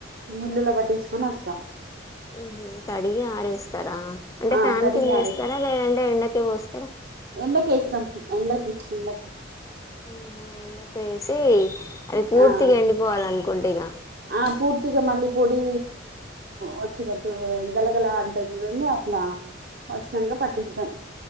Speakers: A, on the right; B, on the left.
A: మిల్లులో పట్టించుకొని వస్తాం
B: ఉహ కడిగి ఆరేస్తారా అంటే
A: ఆ
B: ఫ్యాన్
A: కడిగి
B: కింద వేస్తారా లేదంటే ఎండక పోస్త
A: ఎంటక ఎస్తాం ఎండకి ఎక
B: ఉహ ఎండక వేసి అది పూర్తిగా
A: ఆ
B: ఎండిపోవాలి అనుకుంట ఇగ
A: ఆ పూర్తిగా మళ్ళీ పొడి వచ్చినట్టు గలగల అంటారు చూడండి అట్లా వసినంగా పట్టిస్తాం